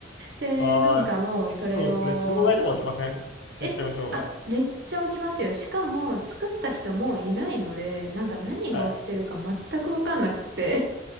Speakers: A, on the right; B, on the left.
A: で、
B: ああ、
A: なんかもうそれを、
B: こうそれ、障害とか起きませんシステム障害。
A: えあ、めっちゃ起きますよ。しかも作った人もういないので、なんか何が起きてるか全くわかんなくって。
B: はい。